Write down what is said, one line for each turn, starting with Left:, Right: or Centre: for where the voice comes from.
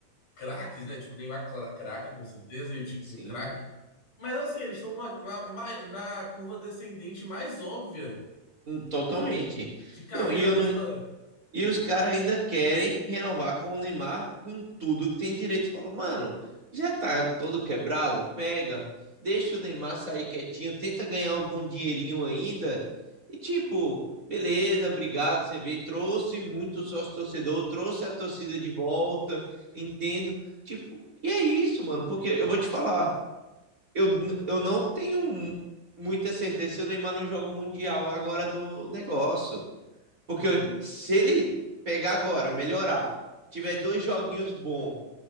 Left: craques, né? Tipo, o Neymar cla- craque, com certeza, e o Tiquinho
Right: Sim,
Left: craque. Mas assim, eles estão na, na- ma- na curva descendente mais óbvia
Right: hum, totalmente.
Left: de carreira
Right: Não, e eu
Left: da
Right: não,
Left: história.
Right: E os caras ainda querem renovar com o Neymar com tudo que tem direito. Fala, mano, já tá todo quebrado, pega, deixa o Neymar sair quietinho, tenta ganhar algum dinheirinho ainda. E tipo, beleza, obrigado, você veio, trouxe muito sócio-torcedor, trouxe a torcida de volta, entendo. Tipo, e é isso, mano, porque eu vou te falar, eu, eu não tenho muita certeza se o Neymar não joga o Mundial agora do negócio. Porque
Left: Uhum.
Right: se ele pegar agora, melhorar, tiver dois joguinhos bons,